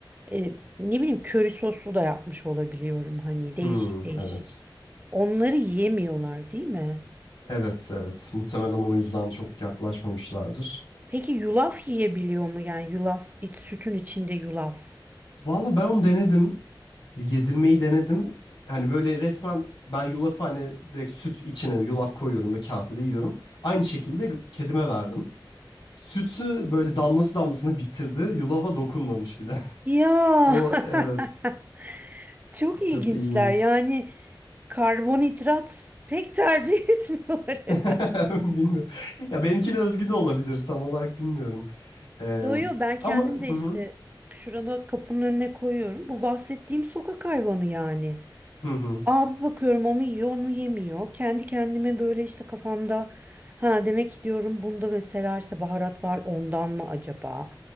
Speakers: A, on the right (about 20°); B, on the left (about 70°).
A: e, ne bileyim köri soslu da yapmış olabiliyorum hani değişik
B: Hı,
A: değişik.
B: evet.
A: Onları yiyemiyorlar değil mi?
B: Evet evet. Muhtemelen o yüzden çok yaklaşmamışlardır.
A: Peki yulaf yiyebiliyor mu? Yani yulaf iç sütün içinde yulaf.
B: Valla ben onu denedim. Yedirmeyi denedim. Hani böyle resmen ben yulafı hani direkt süt içine yulaf koyuyorum ve kasede yiyorum. Aynı şekilde kedime verdim. Sütü böyle damlası damlasına bitirdi. Yulafa dokunmamış bile. <laughs>
A: Ya
B: O
A: <laughs>
B: evet.
A: Çok ilginçler
B: Çok ilginç.
A: yani karbonhidrat pek tercih <laughs> etmiyorlar herhalde.
B: <laughs> Bilmiyorum. Ya benimkine özgü de olabilir. Tam olarak bilmiyorum. Eee,
A: Yo yo ben kendim
B: ama
A: de
B: hı
A: işte
B: hı
A: şurada kapının önüne koyuyorum. Bu bahsettiğim sokak hayvanı yani.
B: hı hı
A: Abi bakıyorum onu yiyor onu yemiyor. Kendi kendime böyle işte kafamda ha demek ki diyorum bunda mesela işte baharat var ondan mı acaba?